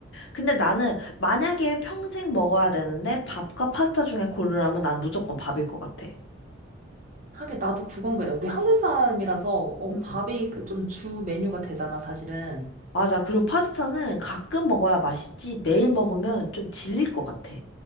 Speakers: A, on the left; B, on the right.
A: 근데 나는 만약에 평생 먹어야 되는데 밥과 파스타 중에 고르라면 난 무조건 밥일 것 같아.
B: 하긴 나도 그건 그래. 우리 한국 사람이라서 어,
A: 응.
B: 밥이 그 좀 주 메뉴가 되잖아, 사실은.
A: 맞아. 그리고 파스타는 가끔 먹어야 맛있지 매일 먹으면 좀 질릴 것 같아.